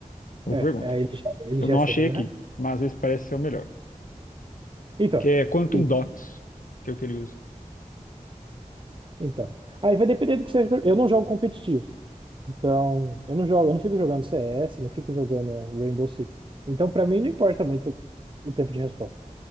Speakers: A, on the left; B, on the right.
A: Boa
B: É,
A: pergunta.
B: é, ele já, ele
A: Eu
B: já
A: não
B: é sete
A: achei
B: mil
A: aqui,
B: reais.
A: mas às parece ser o melhor.
B: Então,
A: Que é Quantum
B: e-
A: Dots, que é o que ele usa.
B: então. Aí vai depender do que você... Eu não jogo competitivo. Então, eu não jogo, eu não fico jogando CS, não fico jogando Rainbow Six. Então, pra mim, não importa muito o tempo de resposta.